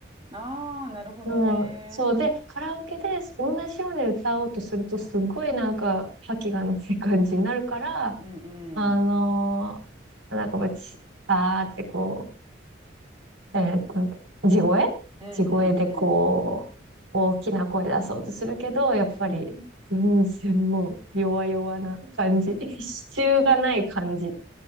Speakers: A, on the right; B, on the right.
A: ああ、なるほどね。
B: うん。そう。で、カラオケで同じように歌おうとすると、すごいなんか、覇気がない感じになるから、
A: うん、うん。
B: あのーなんかもうち、あーってこう、えっと、地声地声でこ
A: うん、うん、うん。
B: う、大きな声出そうとするけど、やっぱり、
A: うん
B: 全然もう、弱々な感じ。<laughs> 支柱がない感じ。